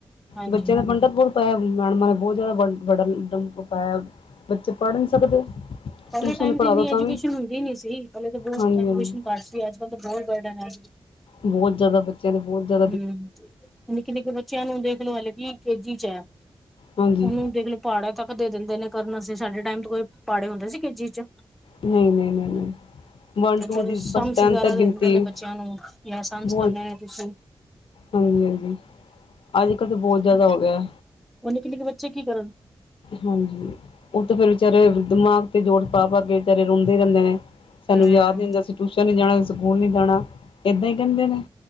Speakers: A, in the centre; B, on the left.
A: ਹਾਂਜੀ
B: ਬੱਚਿਆਂ ਦਾ ਬਰਡਨ ਬਹੁਤ ਪ ਮੈਡਮਾਂ ਨੇ ਬੋਤ ਜ਼ਾਦਾ ਬਰਡਨ ਪਾਇਆ, ਬੱਚੇ ਪੜ੍ਹ ਨੀ ਸਕਦੇ
A: ਪਹਿਲੇ
B: ਟਿਊਸ਼ਨ
A: ਟਾਈਮ
B: ਪੜ੍ਹਾ
A: ਤੇ ਏਨੀ
B: ਦੋ
A: ਐਜੂਕੇਸ਼ਨ
B: ਤਾਂ ਵੀ
A: ਹੁੰਦੀ ਨੀ ਸੀ, ਪਹਿਲੇ ਤਾਂ ਬਹੁਤ
B: ਹਾਂਜੀ
A: ਐਜੂਕੇਸ਼ਨ
B: ਹਾਂਜੀ
A: ਅਜ ਕੱਲ ਤਾਂ ਬਹੁਤ ਬਰਡਨ ਐ
B: ਬਹੁਤ ਜ਼ਾਦਾ ਬੱਚ ਚਲੋ ਬਹੁਤ ਦਾ
A: ਹੂੰ, ਨਿੱਕੇ ਨਿੱਕੇ ਬੱਚਿਆਂ ਨੂੰ ਦੇਖਲੋ ਹਾਲੇ ਵੀ ਕੇਜੀ ਚ ਏ
B: ਹਾਂਜੀ
A: ਉਨੂੰ ਦੇਖਲੋ ਪਹਾੜੇ ਤੱਕ ਦੇ ਦਿੰਦੇ ਨੇ ਕਰਨ ਵਾਸਤੇ, ਸਾਡੇ ਟਾਈਮ ਤੇ ਕੋਈ ਪਹਾੜੇ ਹੁੰਦੇ ਸੀ ਕੇਜੀ ਚ
B: ਨਈ ਨਈ ਨਈ ਨਈ ਵਨ
A: ਬੱਚਿਆਂ
B: ਟੂ ਦੀ,
A: ਨੂੰ ਸਮਸ
B: ਬਸ ਟੈਨ
A: ਵਗੈਰਾ
B: ਤੱਕ ਗਿਣਤੀ,
A: ਦੇ ਦਿੰਦੇ ਨੇ ਬੱਚਿਆਂ ਨੂੰ ਜਾਂ ਸਮਸ
B: ਬਹੁਤ
A: ਕਰਨੇ ਨੇ ਤੁਸੀਂ
B: ਹਾਂਜੀ, ਹਾਂਜੀ ਅੱਜ ਕੱਲ੍ਹ ਤਾਂ ਬਹੁਤ ਜ਼ਾਦਾ ਹੋ ਗਿਆ
A: ਕਿੰਨੇ ਨਿਕੇ, ਬੱਚੇ ਕੀ ਕਰਨ
B: ਹਾਂਜੀ, ਔ ਤੇ ਫੇਰ ਵਿਚਾਰੇ ਦਿਮਾਗ ਤੇ ਜੋਰ ਪਾ ਪਾ ਕੇ, ਵਿਚਾਰੇ ਰੋਂਦੇ ਰਹਿੰਦੇ ਨੇ ਸਾਨੂੰ
A: ਹਮ
B: ਯਾਦ ਵੀ ਹੁੰਦਾ ਸੀ ਟਿਊਸ਼ਨ ਨੀ ਜਾਣਾ, ਸਕੂਲ ਨੀ ਜਾਣਾ, ਇੱਦਾਂ ਹੀ ਕਹਿੰਦੇ ਨੇ,